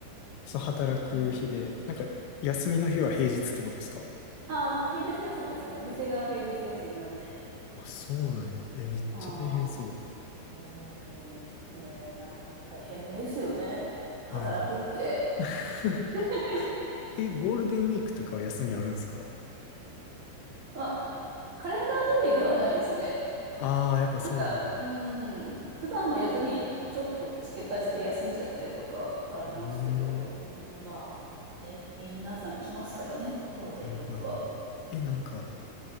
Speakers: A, on the left (about 85°); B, on the right (about 75°).
A: その働く日で、
B: うん。
A: なんか、休みの日は平日ってことですか
B: あー、平日休みですね。お店が平日休みなので。
A: あ、そうなんや。え、めっちゃ大変そう。
B: ああ、うん、ねえな、大変ですよね。
A: はい。
B: 働くって。
A: <laughs>
B: <laughs>
A: え、ゴールデンウィークとかは休みあるんですか
B: まあカレンダー通りではないですね。
A: ああー、やっぱそうなんや。
B: なんか、うん、普段の休みにちょっと付け足して休んじゃったりとかありますけど、
A: うーん。
B: うん、まあ、ね、皆さん来ますからね、ゴールデンウィークは。
A: はいはいはい。
B: うん、
A: え、なんか、